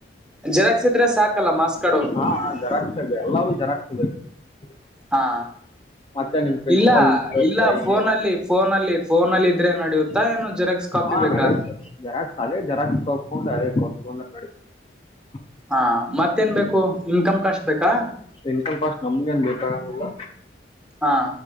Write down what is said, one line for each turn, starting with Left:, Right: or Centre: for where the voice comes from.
Centre: ಜೆರಾಕ್ಸ್ ಇದ್ರೆ ಸಾಕಲ್ಲ ಮಾರ್ಕ್ಸ್ ಕಾರ್ಡ್ <unintelligible>
Left: ಹಾ <unintelligible>
Centre: ಹಾ
Left: ಮತ್ತೆ ನಿಮ್ ಪ್ರಿನ್ಸಿಪಲ್
Centre: ಇಲ್ಲ ಇಲ್ಲ
Left: ಸಹಿ
Centre: ಫೋನಲ್ಲಿ ಫೋನಲ್ಲಿ ಫೋನಲ್ಲಿ ಇದ್ರೆ
Left: <unintelligible>
Centre: ನಡೆಯುತ್ತಾ ಏನು ಜೆರಾಕ್ಸ್
Left: <unintelligible>
Centre: ಕಾಪಿ ಬೇಕಾ
Left: ಅದೇ ಕೊಟ್ಟ ಬಂದ <unintelligible>
Centre: ಹಾ ಮತ್ತೇನ್ ಬೇಕು ಇನ್ಕಮ್ ಕಷ್ಟ್ <unintelligible> ಬೇಕಾ
Left: ಇನ್ಕಮ್ ಕಾಸ್ಟ್ ನಮ್ಗೇನ್ ಬೇಕಾಗಂಗಿಲ್ಲ
Centre: ಹಾ